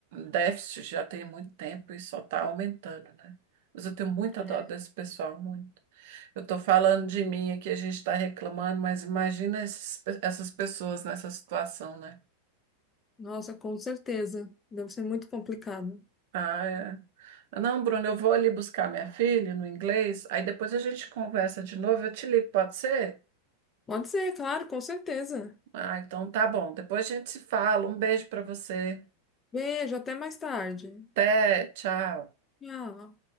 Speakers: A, on the right; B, on the left.
A: déficit já tem muito tempo e só está aumentando, né? Mas eu tenho muita
B: É,
A: dó desse pessoal, muito. Eu estou falando de mim aqui, a gente está reclamando, mas imagina esses pe- essas pessoas nessa situação, né?
B: Nossa, com certeza. Deve ser muito complicado.
A: Ah, é. Ah, Não, Bruno, eu vou ali buscar minha filha no inglês, aí depois a gente conversa de novo, eu te ligo, pode ser?
B: Pode ser, claro, com certeza.
A: Ah, então tá bom. Depois a gente se fala. Um beijo para você.
B: Beijo, até mais tarde.
A: Até, tchau.
B: Tchau.